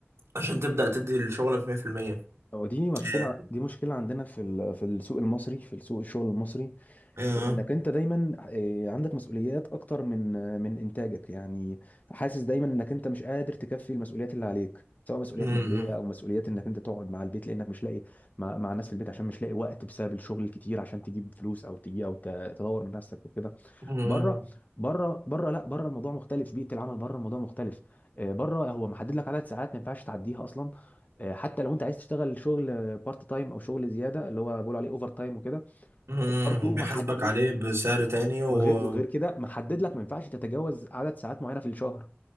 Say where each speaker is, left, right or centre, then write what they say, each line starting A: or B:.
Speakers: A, on the right; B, on the left.
A: عشان تبدأ تدي لشغلك 100%
B: ودي مشكلة
A: ياه.
B: دي مشكلة عندنا في ال- في السوق المصري في السوق الشغل المصري
A: آه.
B: انك انت دايما آه، عندك مسؤوليات اكتر من آه، من انتاجك يعني حاسس دايما انك انت مش قادر تكفي المسؤوليات اللي عليك سواء مسؤوليات
A: مم.
B: ماديه او مسؤوليات انك انت تقعد مع البيت لانك مش لاقي مع, مع الناس في البيت عشان مش لاقي وقت بسبب الشغل الكتير عشان تجيب فلوس او تجي او ت- تدور من نفسك وكده
A: مم.
B: بره بره بره لا بره الموضوع مختلف بيئه العمل بره الموضوع مختلف آه، بره هو محدد لك عدد ساعات ما ينفعش تعديها اصلا آه، حتى لو انت عايز تشتغل شغل بارت تايم او شغل زياده اللي هو بيقولوا عليه اوفر تايم وكده
A: مم.
B: برضه
A: بيحاسبك
B: محدد
A: عليه بسعر تاني و
B: وغير وغير كده محدد لك ما ينفعش تتجاوز عدد ساعات معينه في الشهر